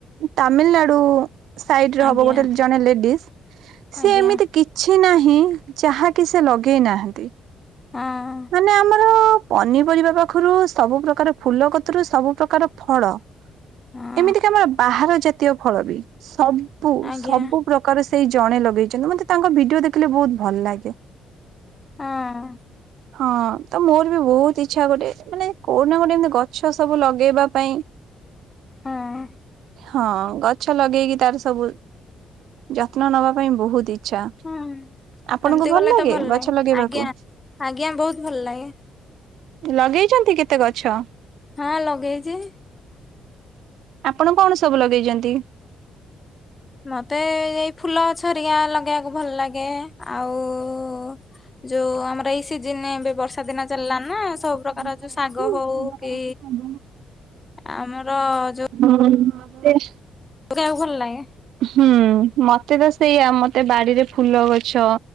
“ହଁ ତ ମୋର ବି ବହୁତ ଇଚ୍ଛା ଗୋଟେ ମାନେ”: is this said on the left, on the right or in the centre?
Right